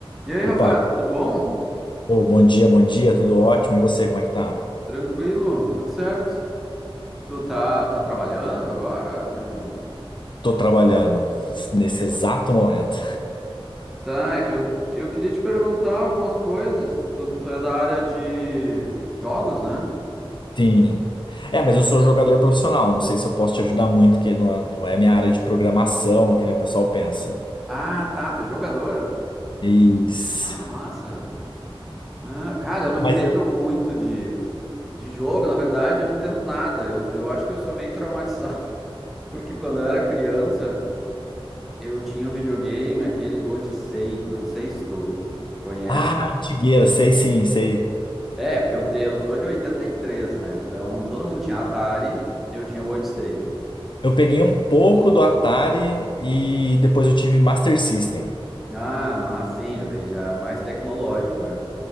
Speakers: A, in the centre; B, on the left.
A: E aí, Rafael,
B: Opa,
A: tudo bom?
B: pô, bom dia, bom dia, tudo ótimo. E você, como é que tá?
A: Tranquilo, tudo certo? Tu tá, tá trabalhando agora? Tem algum...
B: Tô trabalhando nesse exato momento.
A: Tá, é que eu, que eu queria te perguntar algumas coisas. Tu, tu é da área de jogos, né?
B: Sim. É, mas eu sou jogador profissional, não sei se eu posso te ajudar muito, que não é, não é minha área de programação, que nem o pessoal pensa.
A: Ah, tá, tu é jogador?
B: Isso.
A: Ah, massa. Ah, cara, eu não entendo
B: Mas eu.
A: muito de, de jogo, na verdade, eu não entendo nada. Eu, eu acho que eu sou meio traumatizado, <laughs> porque quando eu era criança, eu tinha um videogame, aquele Odyssey, não sei se tu conhece.
B: Ah, antigueira, sei sim, sei.
A: É, porque eu, te, eu sou de 83, né? Então todo mundo tinha Atari, eu tinha o Odyssey.
B: Eu peguei um pouco do Atari e depois eu tive Master System.
A: Ah, mas sim, já veio, já é mais tecnológico, é.